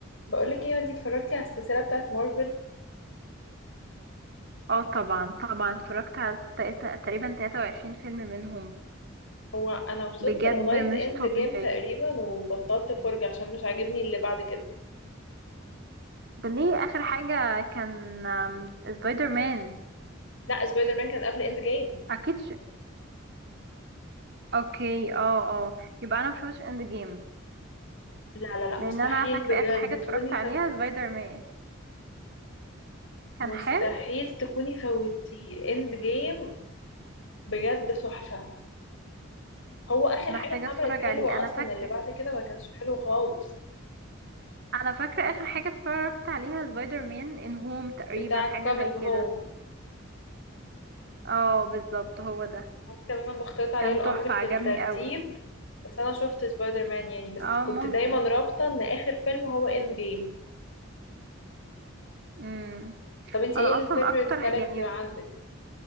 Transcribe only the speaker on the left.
بقولك ايه انتي اتفرجتي على السلسلة بتاعت مارفل
هو انا وصلت
لغاية
اند
جيم تقريبا وبطلت فرجة عشان مش عاجبني اللي بعد كده
لا سبايدر مان كان قبل اند جيم
لا لا لا
مستحيل
بجد
تكوني
فوتي
مستحيل
تكوني فوتي اند جيم بجد تحفة هو اخر
حاجة اتعملت
حلوة
اصلا
اللي بعد كده ما كانش حلو خالص
بتاع
كومينج
هوم
ممكن انا مختلط عليا
الامر
في الترتيب
بس انا شفت سبايدر مان يعني بس
كنت
دايما رابطه ان اخر فيلم هو اند جيم
طب انتي
ايه الفيفوريت
كاركتر
عندك